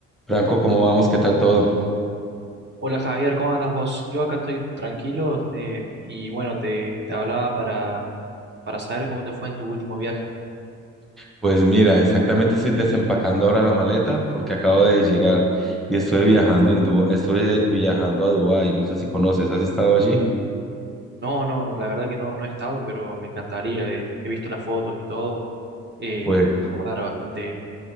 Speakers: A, in the centre; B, on the right.
A: Franco, ¿cómo vamos? ¿Qué tal todo?
B: Hola Javier, ¿cómo andas vos? Yo acá estoy tranquilo eh, y bueno, te, te hablaba para, para saber cómo te fue en tu último viaje.
A: Pues mira, exactamente estoy desempacando ahora la maleta porque acabo de llegar y estuve viajando en Dubái, estuve viajando a Dubái, no sé si conoces, ¿has estado allí?
B: No, no, la verdad que no, no he estado, pero me encantaría. eh, He, visto las fotos y todo. eh,
A: Pues,
B: un lugar bastante